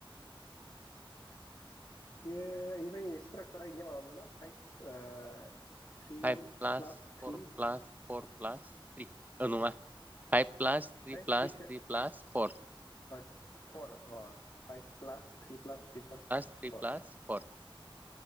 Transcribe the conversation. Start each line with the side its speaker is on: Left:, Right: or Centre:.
Left: बेयो बेनिफ्राय स्ट्राकसारा बेनिया माबा मोनोना फाइभ ओ three
Right: five
Left: plus
Right: four
Left: three
Right: plus four plus three औ नङा फाइभ प्लास थ्रि
Left: ओमफ्राय
Right: प्ला
Left: थ्रिसो
Right: थ्रि प्लास फर
Left: ओ फर अ five plus three plus three plus
Right: three
Left: four
Right: plus four